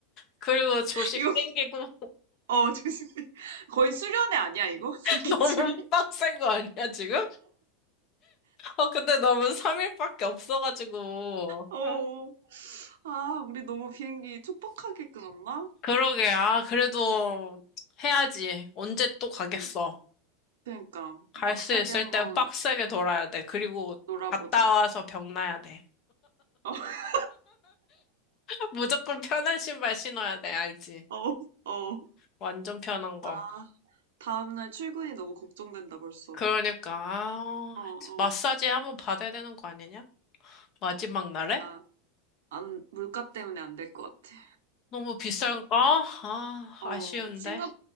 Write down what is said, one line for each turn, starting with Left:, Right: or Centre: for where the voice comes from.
Left: 그리고 조식
Right: <laughs> 이거,
Left: 땡기고,
Right: 어, 조심해. 거의 수련회 아니야, 이거? <laughs> 스케줄
Left: <laughs> 너무 빡센 거 아니야, 지금? 어, 근데 너무 3일밖에 없어가지고.
Right: 어, 어.
Left: 어?
Right: 아, 우리 너무 비행기 촉박하게 끊었나?
Left: 그러게. 아, 그래도 해야지. 언제 또 가겠어.
Right: 어. 그러니까
Left: 갈
Right: 빡세게
Left: 수 있을
Right: 한번
Left: 때 빡세게 돌아야 돼. 그리고
Right: 놀아보자.
Left: 갔다 와서 병나야 돼.
Right: <laughs>
Left: <laughs> 무조건 편한 신발 신어야 돼. 알지?
Right: 어, 어. 어.
Left: 완전 편한 거.
Right: 아, 다음날 출근이 너무 걱정된다 벌써.
Left: 그러니까, 아,
Right: 어, 어.
Left: 마사지 한번 받아야 되는 거 아니냐? 마지막 날에?
Right: 아, 안, 물가 때문에 안 될 것 같아.
Left: 너무 비싼가? 아,
Right: 어,
Left: 아쉬운데.
Right: 싱가,